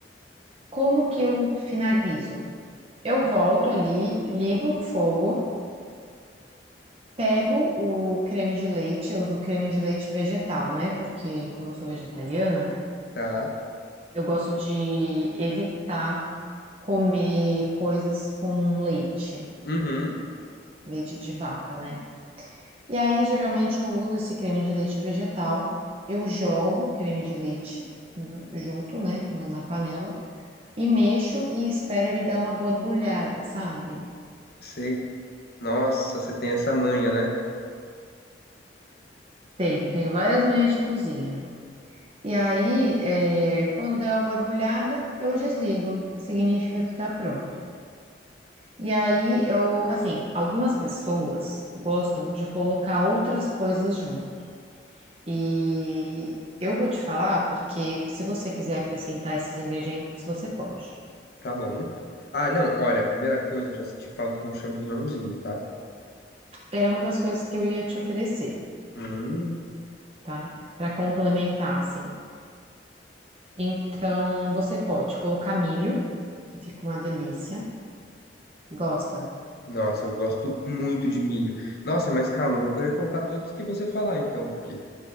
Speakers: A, on the right; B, on the left.
A: Como que eu finalizo? Eu volto ali, ligo o fogo, pego o creme de leite, eu uso o creme de leite vegetal, né? Porque como eu sou vegetariana,
B: Tá.
A: eu gosto de evitar comer coisas com leite,
B: Uhum,
A: leite de vaca, né? E aí geralmente eu uso esse creme de leite vegetal, eu jogo o creme de leite junto, né, no- na panela e mexo e espero ele dar uma borbulhada, sabe?
B: sei. Nossa, você tem essa manha, né?
A: Tenho, tenho várias manhas de cozinha. E aí, é, quando der uma borbulhada, eu desligo. Significa que tá pronto. E aí, eu, assim, algumas pessoas gostam de colocar outras coisas junto. E eu vou te falar, porque se você quiser acrescentar esses ingredientes, você pode.
B: Tá bom. Ah, não, olha, a primeira coisa, eu já senti falta de um champignonzinho, tá?
A: Era uma das coisas que eu ia te oferecer,
B: Hum,
A: tá? Pra complementar, assim. Então, você pode colocar milho, que fica uma delícia. Gosta?
B: nossa, eu gosto muito de milho. Nossa, mas calma, eu vou querer colocar todos que você falar então, porque